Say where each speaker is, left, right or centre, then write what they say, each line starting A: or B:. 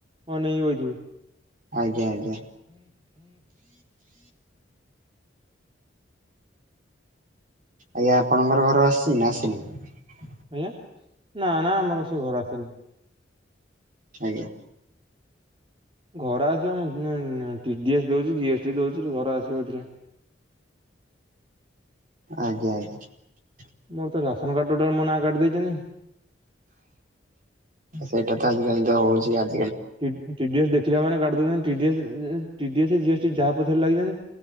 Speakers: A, on the right (about 30°); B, on the right (about 45°).
A: ଅନେଇକି ବଇ ଥିବୁ।
B: ଆଜ୍ଞା ଆଜ୍ଞା। ଆଜ୍ଞା ଆପଣଙ୍କର ଘର ଆସିଛି ନା ଆସିନି?
A: ଆଜ୍ଞା ନା ନା ଆମର ସେ ଘର ଆସିନି।
B: ଆଜ୍ଞା।
A: ଘର ଆସିବ ମୁଁ-ଉ-ଉ-ଉ ଟି ଡି ଏସ୍ ଦଉଛି, ଜି ଏସ୍ଟି ଦଉଛି ଘର ଆସିବ ଏଥିରେ। <inaudible>
B: ଆଜ୍ଞା ଆଜ୍ଞା।
A: ମୋର ତ ରାସନ କାର୍ଡ ଟୋଟାଲ୍ ମୋ ନାଁ କାଟି ଦେଇଛନ୍ତି।
B: ସେଇଟା ତ ଆଜିକାଲି ତ ହଉଛି ଆ
A: T D, T D S ଦେଖିଲା ମାନେ କାଟି ଦଉଛନ୍ତି ଟି ଡି ଏସ୍, ଏ-ଏ ଜି ଏସ୍ ଟି ଯାହା ପଛରେ ଲାଗିଛନ୍ତି।